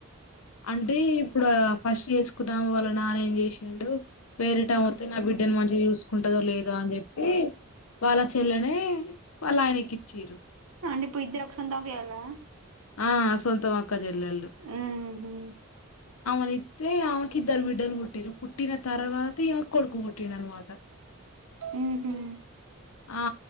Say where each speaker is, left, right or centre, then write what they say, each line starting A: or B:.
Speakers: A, on the left; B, on the right.
A: అంటే ఇప్పుడు ఫస్ట్ చేసుకున్నాము వాళ్ళ నాన్న ఏం చేసిండు వేరే టైంమతే నా బిడ్డని మంచిగా చూసుకుంటదో లేదో అని చెప్పి వాళ్ళ చెల్లనే వాళ్ళ ఆయనకిచ్చిర్రు
B: అంటే ఇప్పుడు ఇద్దరు ఒక సందుకే ఎళ్ళవా
A: ఆ సొంతం అక్క చెల్లలు
B: ఉహు
A: అయితే ఆమెకి ఇద్దరు బిడ్డలు పుట్టిర్రు పుట్టిన తర్వాత ఈమెకు కొడుకు బుట్టిండు అనమాట
B: ఉ హు
A: ఆ